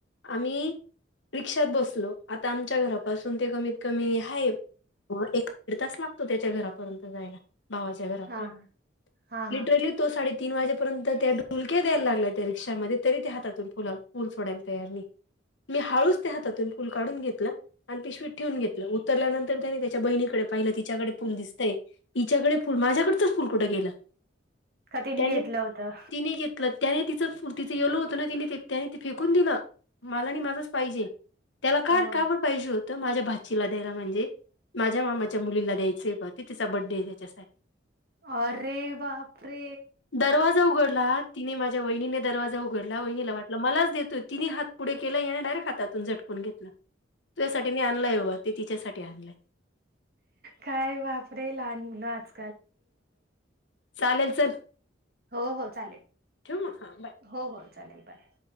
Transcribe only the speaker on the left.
आम्ही रिक्षात बसलो आता आमच्या घरापासून ते कमीत कमी हाये एक दीड तास लागतो त्याच्या घरापर्यंत जायला भावाच्या घरापर्यंत
लिटरली तो साडे तीन वाजेपर्यंत त्या ढुलक्या द्यायला लागला त्या रिक्षामध्ये तरी त्या हातातून फु फुल सोडायला तयार नाही मी हाळूच त्या हातातून फुल काढून घेतलं आणि पिशवीत ठेवून घेतलं उतरल्यानंतर त्याने त्याच्या बहिणीकडे पाहिलं तिच्याकडे फुल दिसतय इच्याकडे ल माझ्याकडच फुल कुठे गेला
त्याने
तिने घेत क त्याने तिचं तिचं येेलो होतं ना तिने त्याने त फेकून दिलं मला आणि माझंच पाहिजे त्याला का
कावर पाहिजे होतं माझ्या भाचीला द्यायला म्हणजे माझ्या मामाच्या मुलीला द्यायचंय ब ते तिचा बड्डे आहे त्याच्यासाठी
दरवाजा उघडला तिने माझ्या मा्या वहिनीने दरवाजा उघडला वहिनीला वाटला मलाच देतो तिनी हात पुढे केला याने डायरेट हातून झटकून घेतल तुझ्यासाठी मी आणलय ब ते तिच्यासाठी आणलंय
चालेल चल
ठेवू मग हा बाय